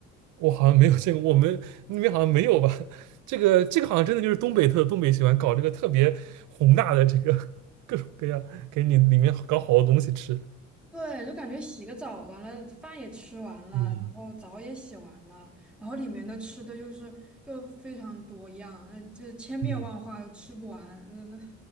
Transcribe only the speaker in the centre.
对，就感觉洗个澡，完了饭也吃完了，
然后澡也洗完了，然后里面的吃的又是又非常多样，那就千变万化，
又吃不完，呃